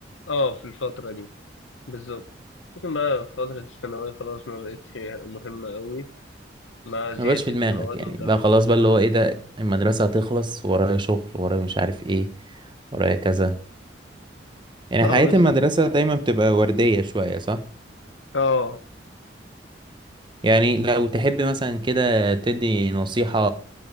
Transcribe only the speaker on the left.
اه في الفترة دي بالظبط لكن بقى في فترة الثانوية خلاص ما بقتش مهمة قوي مع زيادة
المواد
والدرجات
اه
اه
بالظبط
اه